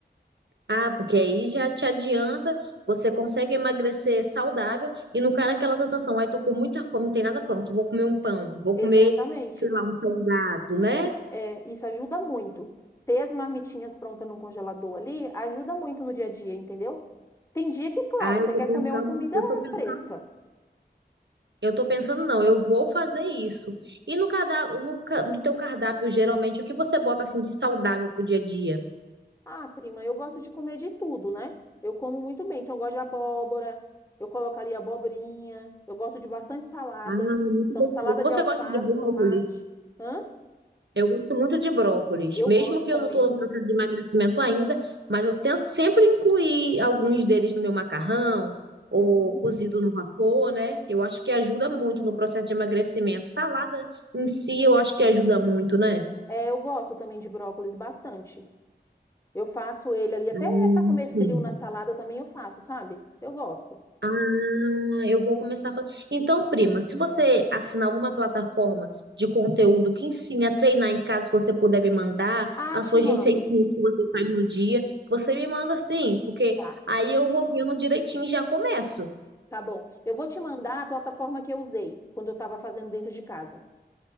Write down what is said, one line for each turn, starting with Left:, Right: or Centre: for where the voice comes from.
Right: Ah, porque aí já te adianta, você consegue emagrecer saudável e não cai naquela tentação. Ai, tô com muita fome, não tem nada pronto. Vou comer um pão, vou
Left: Exatamente.
Right: comer, sei lá, um salgado, né?
Left: É, isso ajuda muito. Ter as marmitinhas prontas no congelador ali ajuda muito no dia a dia, entendeu? Tem dia que, claro,
Right: Ah, eu
Left: você
Right: tô
Left: quer
Right: pensando,
Left: comer uma comida
Right: eu tô pensando,
Left: fresca.
Right: eu tô pensando, não, eu vou fazer isso. E no cardápio, no, ca- no teu cardápio, geralmente, o que você bota assim de saudável pro dia a dia?
Left: Ah, prima, eu gosto de comer de tudo, né? Eu como muito bem, então eu gosto de abóbora, eu coloco ali abobrinha, eu gosto de bastante salada.
Right: Ah, muito
Left: Então,
Right: gostoso.
Left: salada
Right: Você
Left: de alface,
Right: gosta de brócolis?
Left: tomate. Hã?
Right: Eu gosto muito de brócolis,
Left: Eu
Right: mesmo
Left: gosto
Right: que
Left: também.
Right: eu não estou no processo de emagrecimento ainda, mas eu tento sempre incluir alguns deles no meu macarrão ou
Left: Uhum.
Right: cozido no vapor, né? Eu acho que ajuda muito no processo de emagrecimento. Salada em si, eu acho que ajuda muito, né?
Left: É, eu gosto também de brócolis bastante. Eu faço ele ali, até
Right: Hum,
Left: para comer
Right: sim.
Left: frio na salada também eu faço, sabe? Eu gosto.
Right: Ah, eu vou começar a fazer. Então, prima, se você assinar alguma plataforma de conteúdo que ensine a treinar em casa, se você puder me mandar
Left: Ah,
Right: as
Left: te
Right: suas
Left: mando.
Right: receitinhas que você faz no dia, você me manda sim, porque
Left: Tá,
Right: aí eu vou vendo direitinho e já começo,
Left: tá bom. Eu vou te mandar a plataforma que eu usei quando eu estava fazendo dentro de casa,